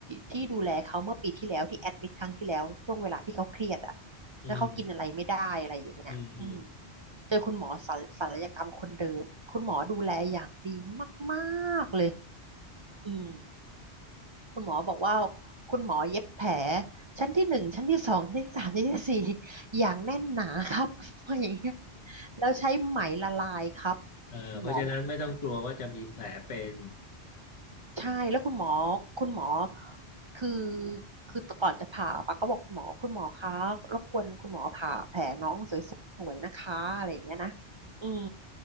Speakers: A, on the right (about 45°); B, on the left (about 30°).
A: ที่ดูแลเขาเมื่อปีที่แล้วที่แอดมิดครั้งที่แล้วช่วงเวลาที่เขาเครียดอ่ะ
B: อืม
A: แล้วเขากินอะไรไม่ได้อะไรอย่างเงี้ยอืม
B: อืมอืม
A: เจอคุณหมอศัลศัลยกรรมคนเดิมคุณหมอดูแลอย่างดีมากๆเลยอืมคุณหมอบอกว่าคุณหมอเย็บแผลชั้นที่หนึ่งชั้นที่สองชั้นที่สามชั้นที่สี่อย่างแน่นหนาครับ <laughs> อย่างเงี้ยแล้วใช้ไหมละลายครับ
B: เอ่อเพราะฉะนั้นไม่ต้องกลัวว่าจะมีแผลเป็น
A: คุณหมอบอกอย่างเงี้ย ใช่แล้วคุณหมอคุณหมอคือคือก่อนจะผ่าปะก็บอกคุณหมอคุณหมอคะรบกวนคุณหมอผ่าแผลน้องสวยๆนะคะอะไรอย่างเงี้ยนะอืม